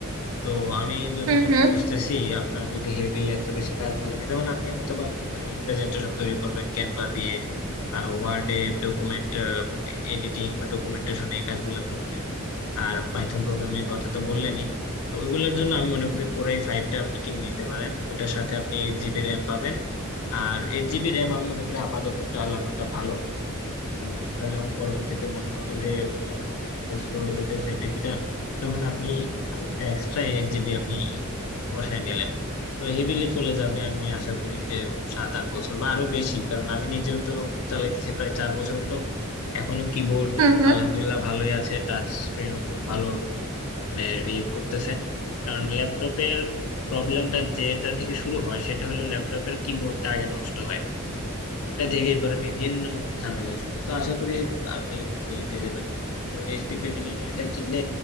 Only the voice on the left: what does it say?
তো আমি যতটুকু
বুঝতেছি আপনার যদি হেভি এত বেশি কাজ না লাগে যেমন আপনি হয়তো বা এই প্রেজেন্টেশন তৈরি করবেন ক্যানভা দিয়ে ওয়ার্ডে ডকুমেন্ট এডিটিং বা ডকুমেন্টেশন এই কাজগুলো করবেন আর পাইথন প্রোগ্রামিং এর কথা তো বললেনই তো ওইগুলোর জন্য আমি মনে করি কোরাই ফাইভটা আপনি কিনে নিতে পারেন ওটার সাথে আপনি এইট জিবি র্যাম পাবেন আর এইট জিবি র্যাম আমি মনে করি আপাতত চালানোটা ভালো কারণ আপনার যখন পরবর্তীতে মনে হবে যে কম্পিউটারটা স্লো হয়ে যেতেছে পিসিটা তখন আপনি আরেকটা এক্সট্রা এইট জিবি আপনি বসায় নিলেন তো হেভিলি চলে যাবে আমি আশা করি যে সাত আট বছর বা আরো বেশি কারণ আমি নিজেও তো চালাইতেছি প্রায় চার বছর হলো এখনো কিবোর্ড
আলহামদুলিল্লাহ ভালোই আছে টাচ স্ক্রিনও খুব ভালো মানে রিয়েক্ট করতেছে কারণ ল্যাপটপের প্রবলেমটা যেটা থেকে শুরু হয় সেটা হলো ল্যাপটপের কিবোর্ডটা আগে নষ্ট হয় ওটা থেকে পরে বিভিন্ন ঝামেলা শুরু তো আশা করি আপনি ভালো ইয়ে পেয়ে যাবেন যেমন এইচপি প্যাভিলিয়ন এটা কিনলে